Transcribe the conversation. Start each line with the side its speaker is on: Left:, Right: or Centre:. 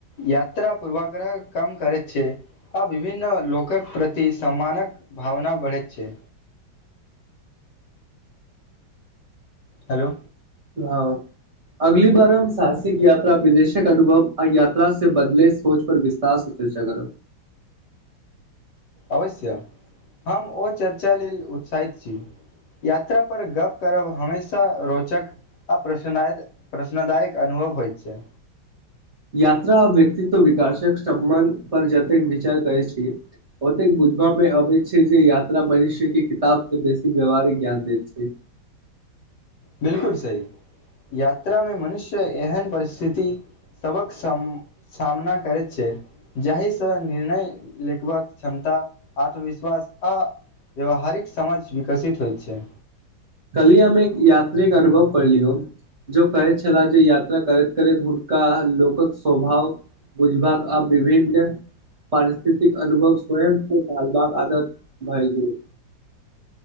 Left: यात्रा पूर्वाग्रह कम करैत छियै आ विभिन्न लोकक प्रति सम्मानक भावना बढ़ैत छै हलो
Right: हं अगली बार हम साहसिक यात्रा विदेशक अनुभव आ यात्रा से बदले सोच पर विस्तार से चर्चा करब
Left: अवश्य हम ओ चर्चा लेल उत्साहित छी यात्रा पर गप करब हमेशा रोचक आ प्रशनायद प्रश्नदायक अनुभव होइत छै
Right: यात्रा आ व्यक्तित्व विकासक समबन्ध पर जतेक विचार करै छि ओतेक बुझबा मे अबै छै जे यात्रा मनुष्य के किताब से बेसी व्यवहारिक ज्ञान देैत छै
Left: बिल्कुल सही यात्रामे मनुष्य एहन परिस्थिति सबक सम सामना करैत छै जाहिसँ निर्णय लिखबाक क्षमता आत्मविश्वास आ व्यावहारिक समझ विकसित होइत छै
Right: कलिय हम एक यात्रिके अनुभव पढलियोन जो कहै छलाह जे यात्रा करैत करैत हुनका लोकक स्वभाव बुझबाक आब विभिन्न पारिस्थितिक अनुभव स्वयं के टालबाक आदत भई गेल